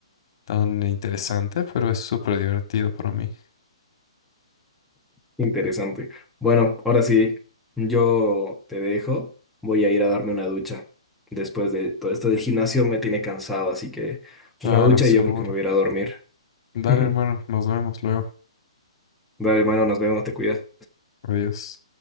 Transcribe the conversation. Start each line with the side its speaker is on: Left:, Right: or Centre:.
Left: tan interesante, pero es súper divertido para mí.
Centre: Interesante. Bueno, ahora sí, yo te dejo. Voy a ir a darme una ducha. Después de todo esto del gimnasio me tiene cansado, así que
Left: Claro,
Centre: una ducha
Left: seguro.
Centre: y yo creo que me voy a ir a dormir. <laughs>
Left: Dale,
Centre: Dale,
Left: hermano, nos vemos luego.
Centre: hermano, nos vemos, te cuidas.
Left: Adiós.